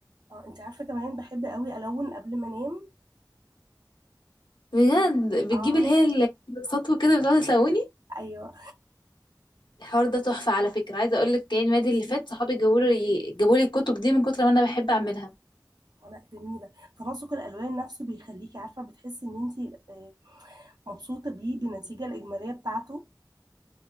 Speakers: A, on the right; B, on the left.
A: اه انت عارفه كمان بحب قوي الون قبل ما انام
B: بجد بتجيبي
A: اه
B: اللي هي ال- السطو كده بتقعد تلوني
A: ايوه
B: الحوار ده تحفة على فكرة عايزة اقول لك يعني المادة اللي فات صحابي جابوا لي جابوا لي الكتب دي من كتر ما انا بحب اعملها
A: آه، لا جميله تناسق الالوان نفسه بيخليكي عارفه بتحسي ان انت آه، مبسوطه بيه بالنتيجه الاجماليه بتاعته